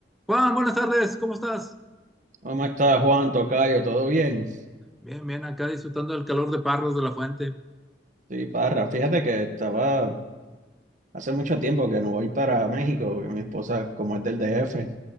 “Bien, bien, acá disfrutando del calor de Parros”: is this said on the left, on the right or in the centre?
Centre